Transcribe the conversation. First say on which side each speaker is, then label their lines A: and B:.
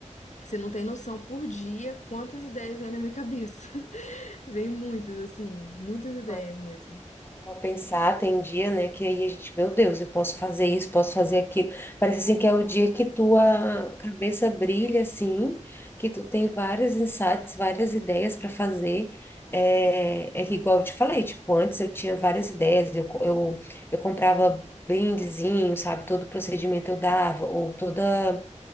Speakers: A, on the left; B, on the left.
A: Você não tem noção por dia quantas ideias vêm na minha cabeça. <laughs> Vem muitas, assim, muitas ideias
B: não,
A: mesmo.
B: Vou pensar, tem um dia, né, que aí a gente, meu Deus, eu posso fazer isso, posso fazer aquilo. Parece assim que é o dia que tua cabeça brilha, assim, que tu tem vários insights, várias ideias para fazer. É, é que igual eu te falei, tipo, antes eu tinha várias ideias, eu, co- eu, eu comprava brindezinho, sabe, todo procedimento eu dava, ou toda...